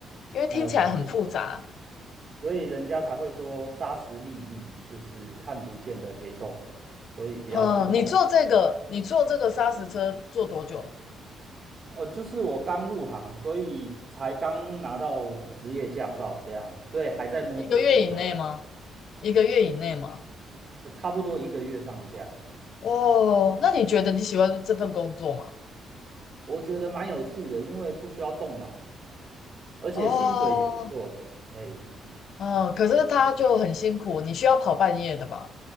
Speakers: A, on the left; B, on the right.
A: 因为听起来很复杂。
B: 呃，很复杂，所以人家才会说沙石利益就是看不见的黑洞，所以不要去碰。
A: 嗯，你做这个，你做这个砂石车做多久了？
B: 呃，就是我刚入行，所以才刚拿到职业驾照，这样，所以还在摸索阶段，
A: 一个月以内吗？一个月以内吗？
B: 呃，差不多一个月上下。
A: 哦，那你觉得你喜欢这份工作吗？
B: 我觉得蛮有趣的，因为不需要动脑，而且薪水也不错。
A: 哦，
B: 哎，
A: 嗯，可是他就很辛苦，你需要跑半夜的吧？